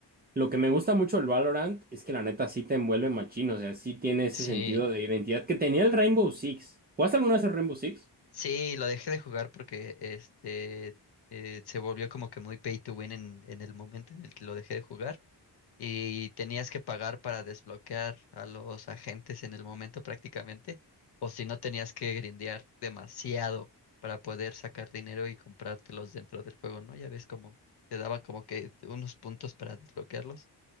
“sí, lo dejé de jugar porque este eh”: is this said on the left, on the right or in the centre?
Left